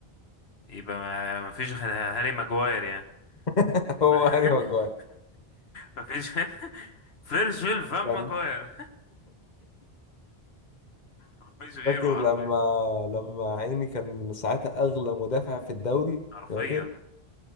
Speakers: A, on the left (about 80°); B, on the left (about 45°).
A: يبقى ما مفيش غير هاري ماجواير يعني
B: <laughs> هو
A: <laughs>
B: هاري ماجواير
A: مفيش فيرجيل فان
B: كان
A: ماجواير <laughs> مفيش غيره
B: فاكر
A: حرفيا
B: لما لما عيني كان ساعتها اغلى مدافع في الدوري
A: حرفيا
B: فاكر